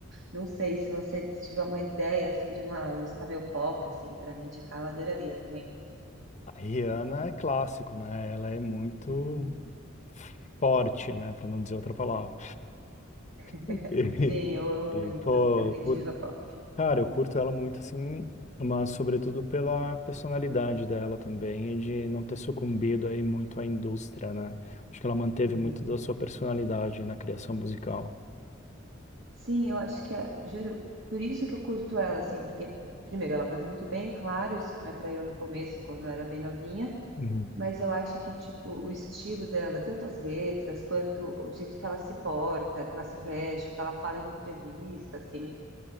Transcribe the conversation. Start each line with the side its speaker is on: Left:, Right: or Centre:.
Right: não sei se você tiver uma ideia assim de uma música meio pop assim para me indicar, eu adoraria também.
Left: A Rihanna é clássico, né? Ela é muito
Right: Uhum.
Left: forte, né? Pra não dizer outra palavra.
Right: <laughs>
Left: <laughs>
Right: Sim, eu amo
Left: E,
Right: muito.
Left: e, pô,
Right: É minha
Left: cur-
Right: diva pop.
Left: cara, eu curto ela muito, assim, mas sobretudo pela personalidade dela também e de não ter sucumbido aí muito à indústria, né? Acho que ela manteve
Right: Uhum.
Left: muito da sua personalidade na criação musical.
Right: Sim, eu acho que é, juro, por isso que eu curto ela, assim, porque, primeiro, ela canta muito bem, claro, isso que me atraiu no começo, quando eu era bem novinha,
Left: Uhum.
Right: mas eu acho que, tipo, o estilo dela, tanto as letras, quanto o jeito que ela se porta, que ela se veste, o que ela fala em entrevista, assim,